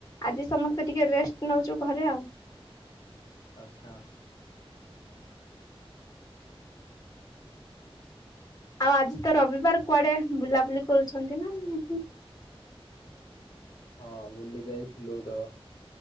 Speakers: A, on the left; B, on the left.
A: ଆଜି ସମସ୍ତେ ଟିକେ ରେଷ୍ଟ ନଉଛୁ ଘରେ ଆଉ।
B: ଆଛା।
A: ଆଉ ଆଜି ତ ରବିବାର କୁଆଡେ ବୁଲାବୁଲି କରୁଛନ୍ତି ନା ନାହିଁ?
B: ହଁ ବୁଲି ଯାଇଥିଲୁ ତ